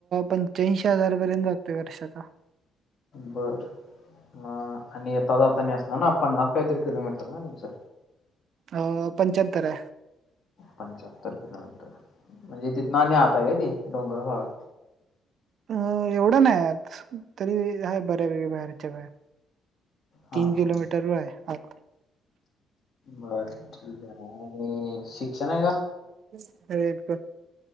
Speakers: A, on the right; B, on the left.
A: पंच्याऐंशी हजार पर्यंत जातोय वर्षाचा
B: बर म आणि येता जाता असणार ना पन् काहीतरी किलोमीटर ना तुमचं
A: अ पंच्याहत्तर
B: पंच्याहत्तर किलोमीटर म्हणजे तिथनं आणि आताय काय ती डोंगर भााग
A: अ एवढं नाही आ तरी आहे बऱ्या वेगळ्या बाहेरच्या बाहेर
B: हा
A: तीन
B: हा
A: किलोमीटर व आहे आत
B: बर ठीक आहे आणि शिक्षण आहे का
A: अ